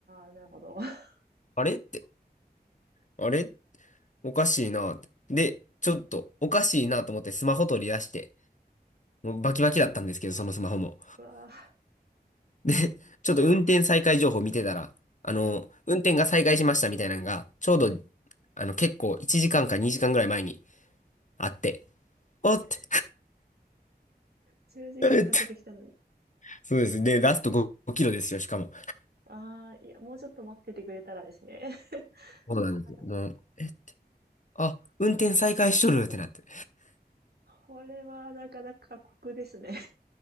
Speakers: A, on the right (about 70°); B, on the left (about 45°).
A: あ、なるほど。<laughs>
B: あれって、あれおかしいなって。で、ちょっとおかしいなと思ってスマホ取り出して、もうバキバキだったんですけど、そのスマホも。
A: うわあ、
B: で、ちょっと運転再開情報見てたら、あの、
A: はい。
B: 運転が再開しましたみたいなのが、ちょうど、あの、結構1時間か2時間ぐらい前にあって、おって、
A: 10時間かんかけてきたのに。
B: えってそうです。で、ラスト5キロですよ、しかも。
A: ああ、いや、もうちょっと待っててくれたらですね。
B: そうなんですよ。
A: <laughs> まだ
B: もう、え、あ、運転再開しとるってなって。
A: それはなかなか酷ですね。